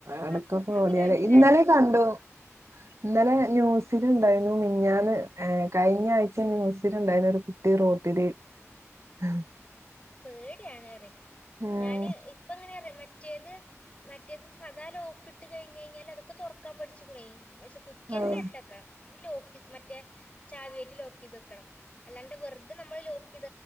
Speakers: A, on the right (about 60°); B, on the left (about 25°).
A: അടക്ക
B: ആ ഞാൻ
A: ഓടിയാലെ
B: പിന്നെ
A: ഇന്നലെ
B: രണ്ട് ഡോസ്
A: കണ്ടു ഇന്നലെ ന്യൂസ് സ്സില്ണ്ടായ്ന്നു മിഞ്ഞാന്ന് ഏ കയ്ഞ്ഞ ആഴ്ച ന്യുസ്സില്ണ്ടായ്ര്ന്നു ഒരു കുട്ടി റോട്ടില് ആ
B: പേടിയാണ് അറി
A: ഉം
B: ഞാന് ഇപ്പങ്ങനെ മറ്റ് റ്റേത് മറ്റേത് സദാ ലോക്ക്ട്ട് കഴിഞ്ഞഴിഞ്ഞാൽ അതൊക്കെ തൊറക്കാൻ പഠിച്ചുക്ണെയ് ഷെ കുറ്റിന്നെ
A: ആഹ്
B: ഇട്ടക്കണം ല്ലെ ലോക്ക് മറ്റേ ചാവിയേറ്റ് ലോകൈത് വെക്കണം അല്ലാണ്ട് വെറുതെ നമ്മള് ലോക്ക്ട